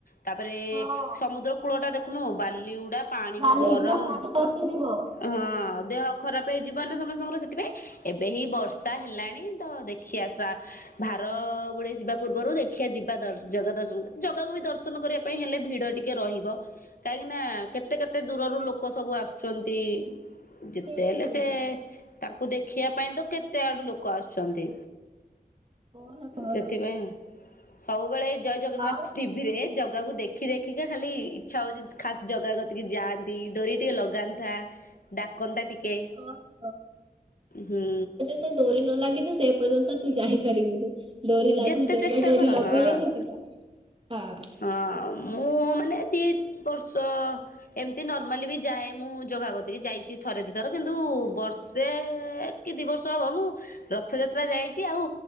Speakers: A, on the left; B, on the right.
A: ତାପରେ
B: ହଁ
A: ସମୁଦ୍ର କୂଳ ଟା ଦେଖୁନୁ ବାଲିଗୁଡା ପାଣି
B: ବାଲି
A: ବି ଗରମ୍।
B: ପୁରା ପାଦ ତାତିଯିବ।
A: ହଁ ଦେହ ଖରାପ ହେଇଯିବ ନା ସମସ୍ତଙ୍କର ସେଥିପାଇଁ ଏବେ ହେଇ ବର୍ଷ। ର୍ଷା ହେଲାଣି ତ ଦେଖିଆ ଶ୍ରା ଭାର ବୁଡେଇ ଯିବା ପୂର୍ବରୁ ଦେଖିବା ଯିବା ଦର୍ ଜଗା ଦର୍ଶନ ଜଗାକୁ ବି ଦର୍ଶନ କରିବା। ପାଇଁ ହେଲେ ଭିଡ଼ ଟିକେ ରହିବ କାହିଁକିନା କେତେ କେତେ ଦୂରରୁ ଲୋକ ସବୁ ଆସୁଛନ୍ତି। ଯେତେ
B: ହୁଁ
A: ହେଲେ
B: ହୁଁ।
A: ସେ ତାଙ୍କୁ ଦେଖିବା ପାଇଁ ତ କେତେ ଆଡୁ ଲୋକ ଆସୁଛନ୍ତି।
B: କହନା କହନା।
A: ସେଥିପାଇଁ ସବୁବେଳେ ଜୟ ଜଗନ୍ନାଥ
B: ଆଉ
A: ଟି ଭିରେ ଜାଗାକୁ ଦେଖି ଦେଖିକା ଖାଲି ଇଚ୍ଛା ହଉଛି ଖାସ୍ ଜଗା କତିକି ଯାଆନ୍ତିକି ଡୋରି ଟିକେ ଲଗାନ୍ ଥା ଡାକନ୍ତା ଟିକେ
B: କହନା
A: ହୁଁ।
B: ତୋ ଡୋରି ନ ଲାଗିଛି ସେ ପର୍ଯ୍ୟନ୍ତ ତୁ ଯାଇ ପାରିବୁନୁ। ଡୋରି ଲାଗୁ
A: ଯେତେ
B: ଜଗା
A: ଚେଷ୍ଟା
B: ଡୋରି
A: କର
B: ଲଗେଇଲେ
A: ହଁ
B: ହିଁ ଯିବା ହଁ।
A: ହଁ ମୁଁ ମାନେ ଦି ବର୍ଷ ଏମିତି ନର୍ମାଲି ବି ଯାଏ ମୁଁ ଜଗା କତିକି ଯାଇଛି ଥରେ ଦୁଇ ଥର କିନ୍ତୁ ବର୍ଷେ କି ଦି ବର୍ଷ ହବ ମୁଁ ରଥଯାତ୍ରା ଯାଇଛି ଆଉ